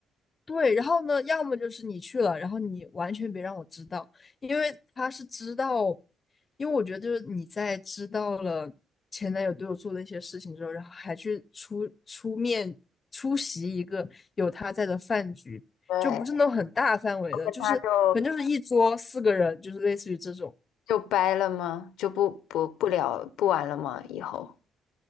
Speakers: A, on the left; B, on the left.
A: 对，然后呢，要么就是你去了，然后你完全别让我知道，因为他是知道，因为我觉得就是你在知道了前男友对我做的一些事情之后，然后还去出出面出席一个有他在的饭局，
B: 对，
A: 就不是那种很大范围的，
B: 他就
A: 就是可能就是一桌四个人，就是类似于这种，
B: 就掰了吗？就不不不聊不玩了吗？以后？